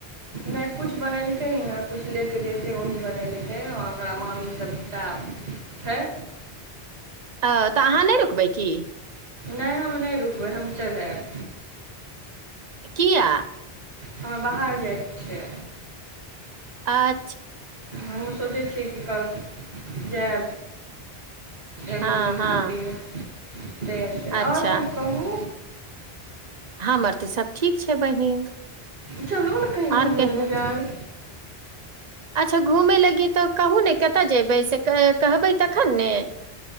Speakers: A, on the right (about 85°); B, on the right (about 50°).
A: नहि किछु बनेलकै यहाँ किछु लऽ कऽ जेतै वही बनेलकै आ ओकरा मामीसभटा। छै।
B: अ तऽ अहाँ नैह रुकबै की।
A: नहि हम नहि रुकबै हम चैल ऐब।
B: किया।
A: हमे बाहर जाइके छैै।
B: आ
A: हमहूँ सोचै छियै कि करब जेब। एक
B: हँ
A: दू दिन
B: हँ
A: खातिर ताहिसँ
B: अच्छा
A: ओर सभ कहू।
B: हमर तऽ सब ठीक छै बहिन।
A: चलू ने कही घुमय
B: आर कहियौ
A: ल यार।
B: अच्छा घूमय लगी तऽ कहू ने कतय जेबै से कहबै तखन ने।